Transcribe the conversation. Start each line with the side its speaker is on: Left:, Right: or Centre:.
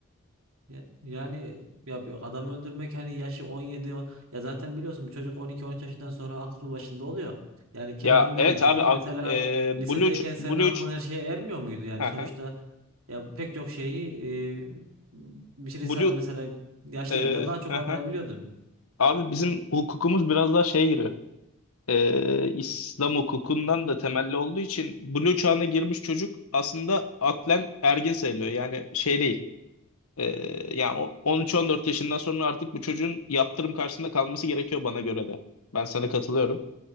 Right: Ya- Yani ya bir adam öldürmek hani yaşı 17 o- ya zaten biliyorsun bir çocuk 12-13 yaşından sonra aklı başında oluyor. Yani kendinden
Left: Ya evet
Right: düşün.
Left: abi ak-
Right: Mesela
Left: e,
Right: lisedeyken
Left: Blue ç-
Right: senin
Left: Blue
Right: aklın
Left: ç-
Right: her şeye ermiyor muydu? Yani
Left: hı
Right: sonuçta
Left: hı.
Right: ya pek çok şeyi e, bir şey
Left: Blue
Right: sana mesela yaşlı
Left: e,
Right: birinden daha çok
Left: hı
Right: anlayabiliyordun.
Left: hı. Abi bizim hukukumuz biraz daha şeye giriyor. e, İslam hukukundan da temelli olduğu için blue çağına girmiş çocuk aslında aklen ergin sayılıyor. Yani şey değil. E, yani o- 13-14 yaşından sonra artık bu çocuğun yaptırım karşısında kalması gerekiyor bana göre de. Ben sana katılıyorum.